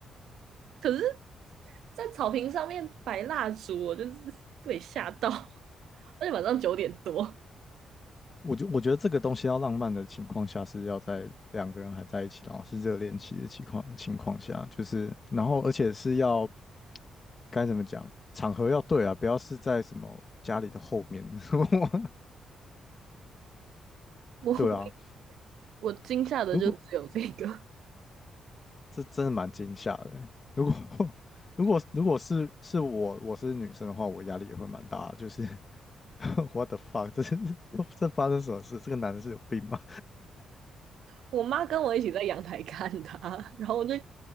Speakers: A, on the right (about 80°); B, on the left (about 30°).
A: 可是，在草坪上面摆蜡烛，我就是 <laughs> 被吓到，而且晚上九点多，
B: 我觉我觉得这个东西要浪漫的情况下，是要在两个人还在一起，然后是热恋期的情况情况下，就是然后而且是要该怎么讲，场合要对啊，不要是在什么家里的后面，<laughs>
A: 我
B: 对啊，
A: 我惊吓的就只有这个。
B: 如果这真的蛮惊吓的欸如果 <laughs> 如果如果是是我我是女生的话，我压力也会蛮大的，就是 <laughs> what the fuck，这是 <laughs> 这发生什么事？这个男的是有病吗？
A: 我妈跟我一起在阳台看她，然后我就